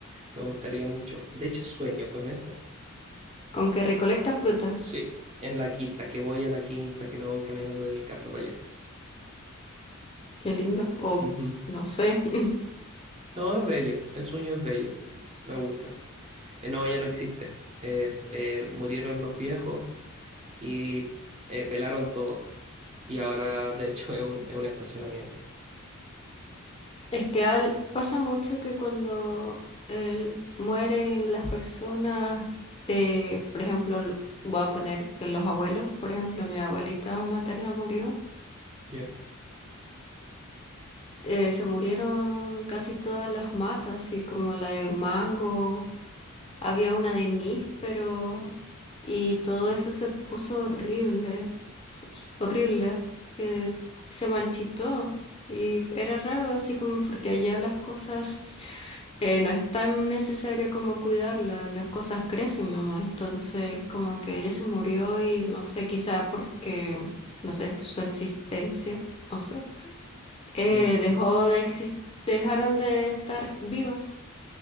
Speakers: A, on the right (about 30°); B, on the left (about 25°).
A: Me gustaría mucho. De hecho, sueño con eso.
B: ¿Con que recolecta fruta?
A: Sí, en la quinta, que voy a la quinta, que me voy caminando de mi casa para allá.
B: Qué lindo. O
A: Ujú.
B: no sé. <laughs>
A: No, es bello. El sueño es bello. Me gusta. Eh, no, ya no existe. Eh, eh, murieron los viejos y eh, pelaron todo. Y ahora, de hecho, <laughs> es un, es un estacionamiento.
B: Es que al- pasa mucho que cuando el- mueren las personas de, por ejemplo, l- voy a poner que los abuelos, por ejemplo, mi abuelita materna murió.
A: Yeah.
B: eh, se murieron casi todas las matas, así como la de mango, había una de níspero y todo eso se puso horrible, pues, horrible, que se marchitó y f- era raro así como porque allá las cosas eh, no es tan necesario como cuidarlas, las cosas crecen nomás, entonces como que ella se murió y no sé, quizá porque, no sé, su existencia, no sé eh,
A: Ujú,
B: dejó de exis- dejaron de estar vivas.